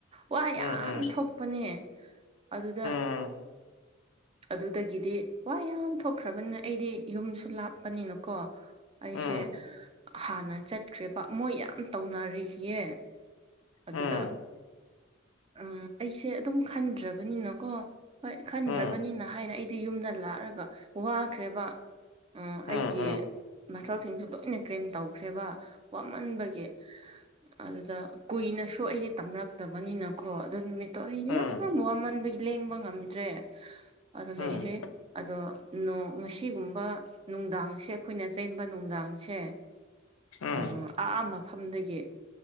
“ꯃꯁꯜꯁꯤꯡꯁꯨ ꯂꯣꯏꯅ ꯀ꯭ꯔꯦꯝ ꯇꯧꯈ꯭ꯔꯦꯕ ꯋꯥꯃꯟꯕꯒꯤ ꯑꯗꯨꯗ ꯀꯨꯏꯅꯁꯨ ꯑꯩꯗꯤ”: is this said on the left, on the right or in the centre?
Right